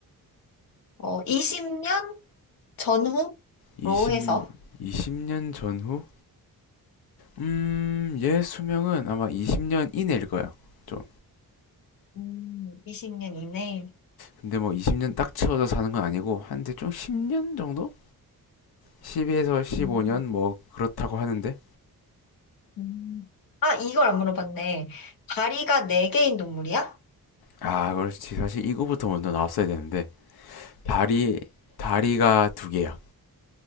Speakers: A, on the left (about 65°); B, on the left (about 80°).
A: 어, 20년 전후로
B: 20,
A: 해서
B: 20년 전후? 음, 얘 수명은 아마 20년 이내일 거야. 좀.
A: 음, 20년 이내.
B: 근데 뭐 20년 딱 채워서 사는 건 아니고, 한데 좀 10년 정도? 10에서 15년?
A: 음,
B: 뭐, 그렇다고 하는데?
A: 음. 아, 이걸 안 물어봤네. 다리가 네개인 동물이야?
B: 아, 그렇지. 사실 이거부터 먼저 나왔어야 되는데. 다리, 다리가 두 개야.